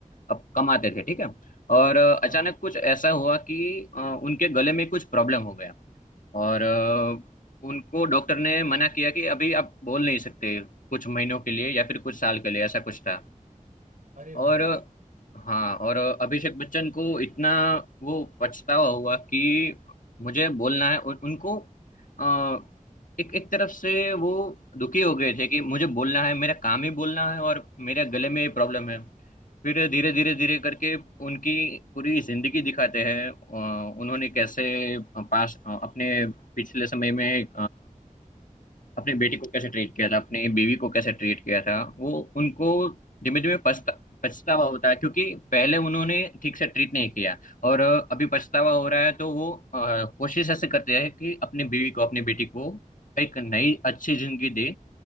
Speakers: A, on the left; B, on the right.
A: अब कमाते थे, ठीक है? और अ, अचानक
B: हाँ
A: कुछ ऐसा हुआ कि अ, उनके गले में कुछ प्रॉब्लम हो गया। और अ, उनको डॉक्टर ने मना किया कि अभी आप बोल नहीं सकते कुछ महीनों के लिए या फिर कुछ साल के लिए ऐसा कुछ था
B: अरे
A: और
B: भाई
A: हाँ और अभिषेक बच्चन को इतना वो पछतावा हुआ कि मुझे बोलना है और उनको अ, एक एक तरफ से वो दुखी हो गए थे कि मुझे बोलना है मेरा काम ही बोलना है और मेरे गले में ये प्रॉब्लम है फिर धीरे धीरे धीरे
B: बिल्कुल
A: करके उनकी पूरी जिंदगी दिखाते हैं अ, उन्होंने कैसे पास अपने पिछले समय में अपने बेटे को कैसे ट्रीट किया था अपने बीवी को कैसे ट्रीट किया था वो उनको धीमे धीमे पछता पछतावा होता है क्योंकि पहले उन्होंने ठीक से ट्रीट नहीं किया और अ, अभी पछतावा हो रहा है तो वो अ, कोशिश ऐसे करते हैं कि अपने बीवी को अपनी बेटी को एक नई अच्छी जिंदगी दे